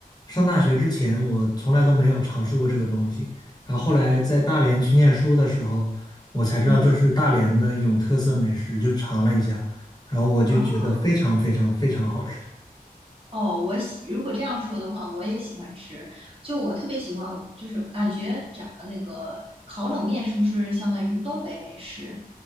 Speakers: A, on the left (about 25°); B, on the right (about 35°).
A: 上大学之前，我从来都没有尝试过这个东西。然后后来在大连去念书的时候，我才知道这是大连的一种特色美食，
B: 嗯嗯，
A: 就尝了一下，然后我就觉得非常非常非常好吃，
B: 哦哦，我喜，如果这样说的话，我也喜欢吃。就我特别喜欢，就是感觉炸那个烤冷面是不是相当于是东北美食？